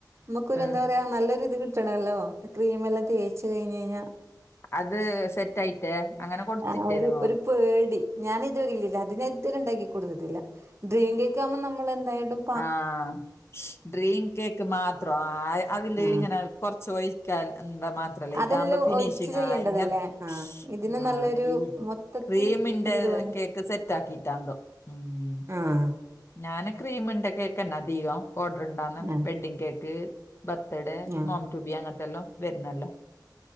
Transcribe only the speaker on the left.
ആഹ്
അത് സെറ്റ് ആയിട്ടേ അങ്ങനെ കൊട്ത്തിട്ടേനോ
ആഹ് ഡ്രീം കേക്ക് മാത്രോ ആ അതില്
ഇങ്ങനെ കൊർച്ച് ഒഴി ക്ക്യാൽ എന്ത മാ ത്രല്ലേ
ഇതാവുമ്പ ഫിനിഷിങ
ആ ഇങ്ങൻ
ആ
നെയ്
ക്രീമിന്റെ
കേക്ക് സെറ്റ് ആക്കിട്ടാണ്ടോ ഉം
ഞാന് ക്രീമിന്റെ കേക്ക്ന്നെ അധികം ഓഡ്രടാന്ന
വെഡ്ഡിങ് കേക്ക്. ബെർത്തഡേ
മോംറ്റുബി അങ്ങൻത്തെല്ലോംവര്ന്നല്ലോ